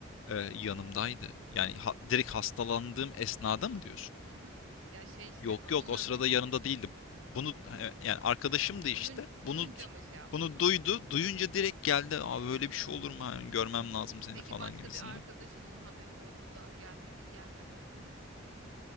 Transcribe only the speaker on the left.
eee, yanımdaydı. Yani ha- direkt hastalandığım esnada mı diyorsun?
Yok
yok o
sırada yanında değildi. Bunu e, yani arkadaşımdı işte.
Bunu
bunu
duydu. Duyunca direkt geldi. Abi böyle bir şey olur mu? Hani görmem lazım seni
falan
gibisinden.